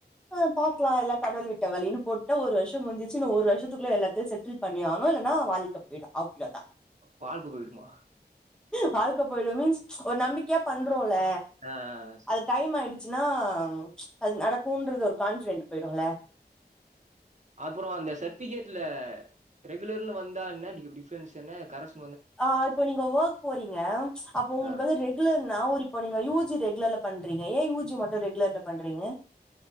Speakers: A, in the centre; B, on the right.
A: அ பாக்லா எல்லா கடவுள் விட்ட வழினு போட்ட ஒரு வருஷ முஞ்சிச்சு இன்னு ஒரு வருஷத்துக்குள்ள எல்லாத்தையு செட் செடில் பண்ணியாவுனு இல்லனா வாழ்க்க பேயிடு அவ்ளதா
B: வாழ்க்க போய்டுமா
A: வாழ்க போய்டு மீன்ஸ் ஒரு நம்பிக்கையா பண்றோன்ல
B: ஆ, ஆ. சரி.
A: அது டைமாய்டு ச்சுனா அது நடக்குன்றது ஒரு கான்ஃபிடன்ட் பேய்டுல்ல
B: அப்புற இந்த சட்விகேட்ல ரெகுலர்னு வந்தா என்ன டிஃப்ரன்ஸ் என்ன கரஸ்
A: அ இப்ப நீங்க ஒர்க் போறீங்க அப்ப உங்குளுக்கு
B: ஆ.
A: வந்து ரெக் குலர்னா ஒருப்ப நீங்க யூஜி ரெகுலர்ல பண்றீங்க ஏன் யூஜி மட்டு ரெகுலர்ல பண்றீங்க